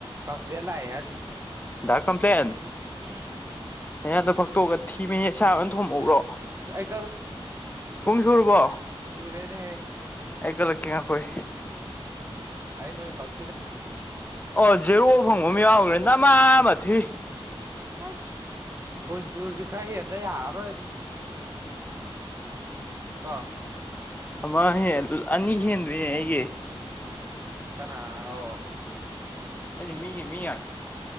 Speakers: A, on the right; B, on the left.
A: ꯀꯝꯔ ꯂꯥꯑ ꯍꯥꯏ ꯁꯤꯅꯦ
B: ꯗ ꯀꯝꯄ꯭ꯂꯦꯟ
A: <inaudible>
B: ꯑꯩꯍꯟꯗ ꯐꯛꯇꯣꯛꯑꯒ ꯊꯤꯕ ꯁꯥꯥꯕ ꯑꯣꯏꯅ ꯊꯣꯃꯛꯎ꯭ꯔꯣ
A: ꯑꯩ
B: ꯄꯨꯡ ꯁꯨꯨꯔꯕꯣ
A: ꯁꯨꯨꯔꯦꯅꯦ
B: ꯑꯩ ꯀꯠꯂꯛꯀꯦ ꯑꯩꯈꯣꯏ
A: ꯑꯩꯅꯣ ꯀꯥꯎ
B: ꯑꯣ ꯖꯦꯔꯣ ꯐꯪꯕ ꯑꯃ ꯌꯥꯎꯈ꯭ꯔꯦ ꯅꯃꯥ ꯃꯊꯤ
A: ꯑꯁ ꯀꯣꯟꯆꯨꯔꯁꯨ ꯈꯔ ꯍꯦꯟꯕ ꯌꯥꯔꯔꯣꯏ ꯑꯗꯨꯗꯤ ꯀꯣ
B: ꯑꯃ ꯍꯦ ꯑꯅꯤ ꯍꯦꯟꯗꯨ ꯑꯩꯦ
A: ꯀꯅꯥ ꯑꯣ
B: ꯑꯩꯗꯤ ꯃꯤꯒꯤ ꯃꯤ ꯉꯥꯛꯇ